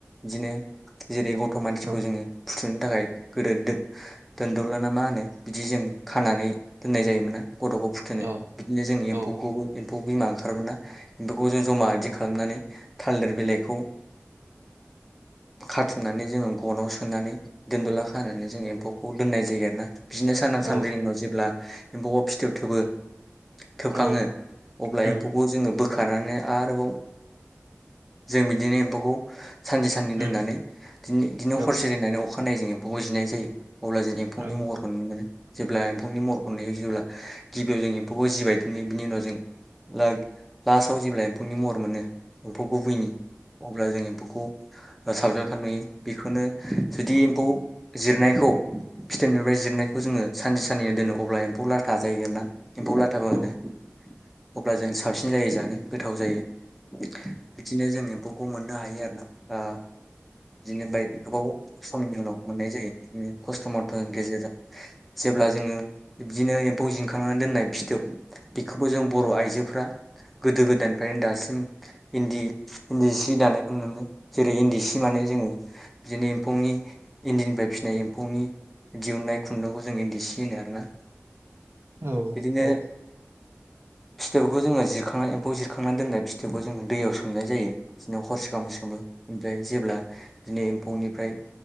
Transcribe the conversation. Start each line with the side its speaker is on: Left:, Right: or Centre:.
Centre: बिदिनो जेरै गथ मानसिखौ
Right: औ
Centre: जोङो फुत फुथुनो थाखाय गोदो दोनदौलाना मा होनो बिदि जों खानानै दोननाय जायोमोन ना गथखौ फुथुनो
Right: अ
Centre: बिदिनो जों
Right: औ
Centre: एम्फौखौबो एम्फौ बिमा ओंखारबोना बेफोरखौ जों जमा बिदि खालामनानै थालिर बिलाइखौ खाथुमनानै जोङो गनाव सोनानै दोनदला खानानै जोङो एम्फौखौ दोननाय जायो आरो ना बिदिनो साना सानब्रैनि
Right: औ
Centre: उनाव जेब्ला एम्फौ आव फिथोब थोबो थोबखाङो
Right: औ
Centre: अब्ला
Right: उम
Centre: एम्फौखौ जोङो बो होखानानैनो आरोबाव जों बिदिनो एम्फौखौ सानसे साननै
Right: उम
Centre: दोननानै दिनो दिनो
Right: औ
Centre: हरसे दोननानै अ अखानायजों एम्फौखौ जिनाय जायो अब्ला जों एम्फौनि
Right: औ उम औ उम औ उम औ
Centre: महरखौ नुनो मोनो जेब्ला एम्फौनि महरखौ नुयो जेब्ला गिबियाव जों एम्फौखौ जिबायदिनो बिनि उनाव जों लास्टआव जेब्ला एम्फौनि महर मोनो एम्फौ गुबैनि अब्ला जों एम्फौखौ साबजाबथार नुयो बेखौनो जुदि एम्फौ जिरनायखौ फिथाइनिफ्राय जिरनायखौ जोङो सानसे साननै दोनो अब्ला एम्फौ लाथा जायो आरो ना एम्फौ लाथाबो
Right: औ
Centre: होनो अब्ला जों साबसिन जायो जानो गोथाव जायो। बिदिनो जों एम्फौ खौ मोननो हायो आरो ना। बिनिफ्राय गोबाव समनि उनाव मोननाय जायो बिदिनो। खस्थ' मसथ'नि गेजेरजों जेब्ला जोङो बिबदिनो एम्फौ जिनखांनानै दोननाय फिथोब बेखौबो जों बर' आइजोफ्रा गोदो गोदायनिफ्रायनो दासिम इन्दि इन्दि सि दानायखौ नुनो जेरै इन्दि सि मानो जोङो बिदिनो एम्फौनि इन्दिनिफ्राय फिसिनाय एम्फौनि दिहुनन्नाय खुन्दुंखौ जों इन्दि सि होनो आरोना
Right: औ
Centre: बिदिनो
Right: औ
Centre: फिथोबखौ जोङो जिरखांनानै एम्फौ जिरखांनानै दोननाय थेवबो जोङो दैयाव सोंनाय जायो बिदिनो हरसे ओमफ्राय जेब्ला बिदिनो एम्फौनिफ्राय